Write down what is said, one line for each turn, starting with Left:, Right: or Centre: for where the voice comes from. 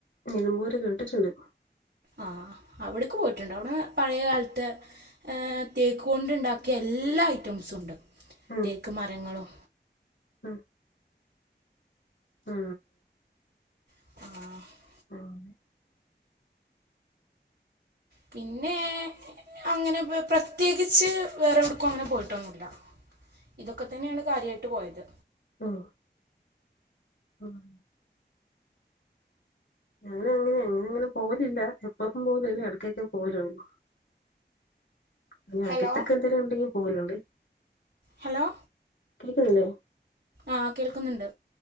Left: നിലമ്പൂർ കേട്ടിട്ടുണ്ട്.
Right: ആഹ അവിടക്ക് പോയിട്ടുണ്ട് അവിടെ പഴയ കാലത്ത് ഏ, തേക്ക് കൊണ്ട് ഉണ്ടാക്കിയ എല്ലാ ഐറ്റംസും ഉണ്ട്
Left: ഉം
Right: തേക്ക് മരങ്ങളും
Left: ഉം. ആ
Right: ആഹ
Left: അങ്ങനെ
Right: പിന്നെ അങ്ങനെ പ്രത്യേകിച്ച് വേറെ എവിടക്കും അങ്ങനെ പോയിട്ടൊന്നുമില്ല. ഇതൊക്കെ തന്നെയാണ് കാര്യയായിട്ട് പോയത്.
Left: ഉം. ആഹ് ഞാനങ്ങനെ അങ്ങനെയൊന്നും പോകലില്ല എപ്പഴും എപ്പഴും പോകലില്ല ഇടക്കൊക്കെയേ പോകലുള്ളൂ ഇനി
Right: ഹലോ
Left: അടുത്തൊക്കെ എന്തേലും ഉണ്ടെങ്കിൽ പോകലുണ്ട്
Right: ഹലോ
Left: കേക്കുന്നില്ലേ
Right: ആഹ് കേൾക്കുന്നുണ്ട്